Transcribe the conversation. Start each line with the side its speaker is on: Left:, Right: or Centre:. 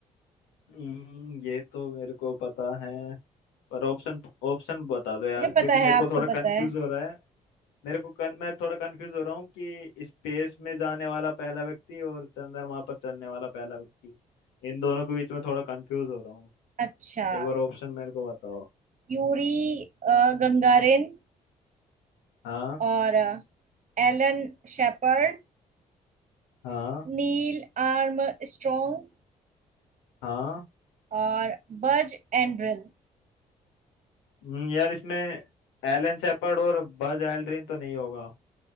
Left: हम्म, ये तो मेरे को पता है पर ऑप्शन ऑप्शन बता दो यार
Right: मुझे
Left: क्योंकि
Right: पता
Left: मेरे
Right: है आपको
Left: को थोड़ा
Right: पता
Left: कंफ्यूज
Right: है
Left: हो रहा है मेरे को कन, मैं थोड़ा कंफ्यूज हो रहा हूँ कि स्पेस में जाने वाला पहला व्यक्ति और चंद्रमा पर चलने वाला पहला व्यक्ति इन दोनों के बीच में थोड़ा कंफ्यूज हो रहा हूँ
Right: अच्छा
Left: एक बार ऑप्शन मेरे को बताओ
Right: यूरी आ, गंगारिन
Left: हाँ
Right: और आ, एलन शेपर्ड
Left: हाँ
Right: नील आर्मस्ट्रॉन्ग
Left: हाँ
Right: और बज एंड्रिल
Left: हम्म, यार इसमें एलन शेपर्ड और बज एल्ड्रिन तो नहीं होगा